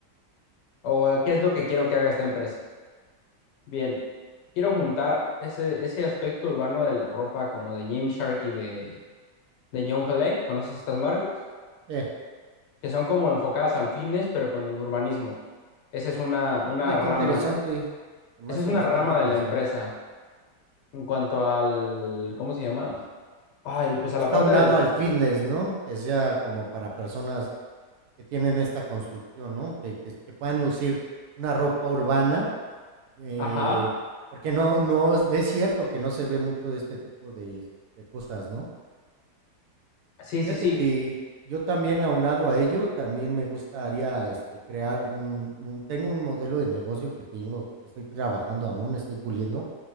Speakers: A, on the left (about 85°); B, on the right (about 75°).
A: O eh, qué es lo que quiero que haga esta empresa. Bien, quiero juntar ese, ese aspecto urbano de la ropa como de Gymshark y de, de John Halley. ¿Conoces estas marcas?
B: Eh,
A: Que son como enfocadas al fitness, pero con el urbanismo. Esa es una, una
B: oye,
A: rama,
B: qué interesante,
A: ¿no?
B: se me
A: Esa
B: hace
A: es una
B: bastante
A: rama
B: interesante.
A: de la empresa. En cuanto al, ¿cómo se llama? Ay, pues a
B: Está
A: la parte
B: unado
A: del,
B: al fitness, ¿no?, que sea como para personas que tienen esta construcción, ¿no?, que que que puedan lucir una ropa urbana Eh,
A: ajá,
B: porque no no es cierto que no se ve mucho de este tipo de de cosas, ¿no?
A: Sí,
B: Fíjate
A: sí, sí.
B: que yo también aunado a ello, también me gustaría, este, crear un un tengo un modelo de negocio que tengo, que estoy trabajando aún, estoy puliendo,